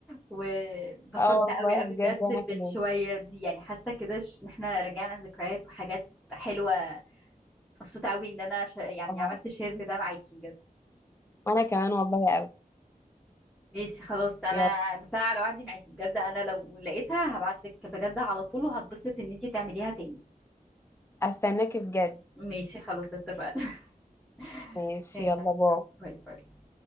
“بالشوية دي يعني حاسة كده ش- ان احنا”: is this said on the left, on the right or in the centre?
Centre